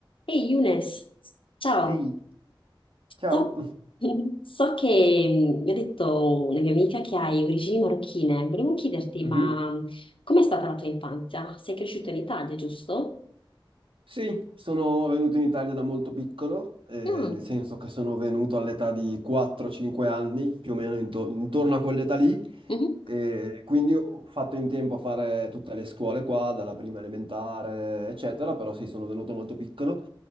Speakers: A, on the left; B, on the right.
A: Ehi Younes, ciao.
B: Ehi, ciao.
A: So, <laughs> so che mm, mi ha detto una mia amica che hai origini marocchine. Volevo chiederti,
B: Mhm.
A: ma com'è stata la tua infanzia? Sei cresciuto in Italia, giusto?
B: Sì, sono venuto in Italia da molto piccolo, eh,
A: Mm,
B: nel senso che sono venuto all'età di 4-5 anni, più o meno into- intorno a quell'età lì,
A: mhm,
B: E quindi ho fatto in tempo a fare tutte le scuole qua, dalla prima elementare, eccetera, però sì, sono venuto molto piccolo.